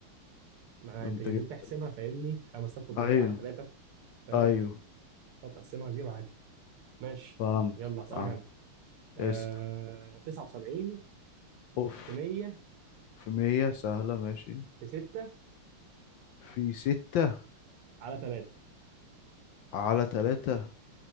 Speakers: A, on the right; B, on the left.
A: ما
B: ده
A: انت
B: انت
A: جيت
B: جبت
A: انت تحسبها فاهمني 5300
B: ايوه
A: على 3 فاهم
B: ايوه
A: هتقسمها تجيبها ماشي
B: فهمت
A: يلا اسالك
B: فهمت
A: انا آه...
B: اسأل
A: 79
B: اوف
A: في 100
B: في مية سهلة ماشي
A: في 6
B: في ستة
A: على 3
B: على تلاتة